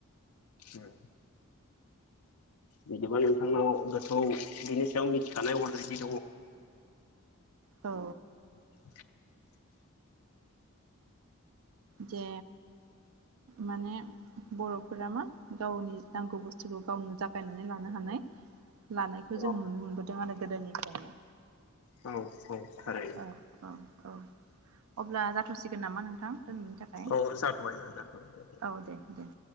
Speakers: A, on the left; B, on the right.
A: हम बिदिबा नोंथांनाव गोथौ बिनि सायाव मिथिखानाय अलरेडि
B: औ
A: <unintelligible>
B: जे माने बर'फोरा मा गावनि नांगौ बुस्थु <unintelligible> गावनो जागायनानै ला नो‌ हानाय लानायखौ
A: औ
B: जों नुनो मोनबोदों आरो। गोदोनिफ्रायनो।
A: औ औ थारैनो
B: औ औ औ अब्ला जाथ'सिगोन नामा नोंथां दिनैनि थाखाय
A: औ जाथ'बाय जाथ'बाय
B: औ दे दे